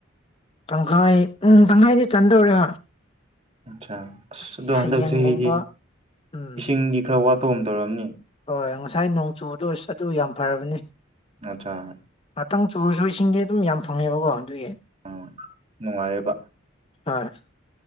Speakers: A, on the left (about 25°); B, on the right (about 30°).
A: ꯇꯪꯈꯥꯏ ꯎꯝ ꯇꯪꯈꯥꯏꯗꯤ ꯆꯟꯗꯧꯔꯦ
B: ꯑꯁꯥ ꯑꯁ
A: ꯍꯌꯦ-
B: ꯑꯗꯣ ꯍꯟꯗꯛ
A: ꯍꯌꯦꯡꯒꯨꯝꯕ
B: ꯆꯍꯤꯗꯤ
A: ꯎꯝ
B: ꯏꯁꯤꯡꯒꯤ ꯈꯔ ꯋꯥꯠꯄꯒꯨꯝ ꯇꯧꯔꯝꯅꯤ
A: ꯍꯣꯏ ꯉꯁꯥꯏ ꯅꯣꯡ ꯆꯨꯕꯗꯨ ꯑꯁ ꯑꯗꯨ ꯌꯥꯝ ꯐꯔꯕꯅꯤ
B: <unintelligible>
A: ꯉꯥꯇꯪ ꯆꯨꯔꯁꯨ ꯏꯁꯤꯡꯗꯤ ꯑꯗꯨꯝ ꯌꯥꯝ ꯐꯪꯉꯦꯕꯀꯣ ꯑꯗꯨꯒꯤ
B: ꯑꯥ ꯅꯨꯡꯉꯥꯏꯔꯤꯕ
A: ꯍꯣꯏ